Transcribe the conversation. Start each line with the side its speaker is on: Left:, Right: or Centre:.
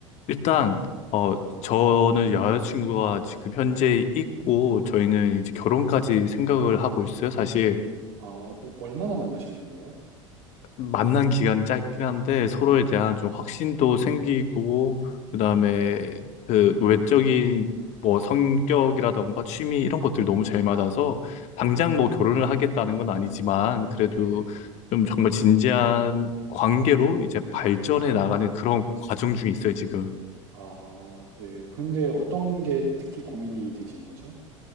Left: 일단, 어, 저는 여자친구가 지금 현재 있고, 저희는 이제 결혼까지 생각을 하고 있어요, 사실.
Right: 아, 오- 얼마나 만나셨는데요?
Left: 만난 기간 짧긴 한데 서로에 대한 좀 확신도 생기고 그다음에 그 외적인 뭐 성격이라던가 취미 이런 것들이 너무 잘 맞아서
Right: 네네,
Left: 당장 뭐 결혼을 하겠다는 건 아니지만 그래도
Right: 네.
Left: 좀 정말 진지한 관계로 이제 발전해 나가는 그런 과정 중에 있어요, 지금.
Right: 아, 네. 근데 어떤 게 특히 고민이 되신 거죠?